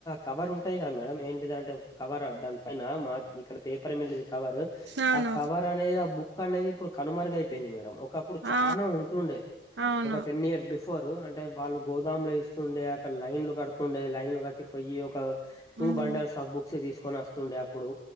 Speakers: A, on the left (about 20°); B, on the right (about 70°).
A: కవర్ ఉంటది కదా మేడం ఏంటిదంటే కవర్ దాని పైన మా ఇక్కడ పేపర్ మీద్ కవర్
B: అవును
A: ఆ కవర్ అనేది ఆ బుక్ క్కనేది ఇప్పుడు కనుమరుగైపోయింది మేడం ఒక అప్పుడు
B: ఆ
A: చాలా ఉంటుండే
B: అవును
A: ఒక టెన్ ఇయర్స్ బిఫ్ ఫోరు అంటే వాళ్ళు గోదాముల ఇస్తుండే అక్కడ లైన్లు కడుతుండే లైన్లు కట్టి పోయి ఒక టూ
B: ఉమ్
A: బండల్ ఆ బుక్స్ తీసుకొని వస్తుండే అప్పుడు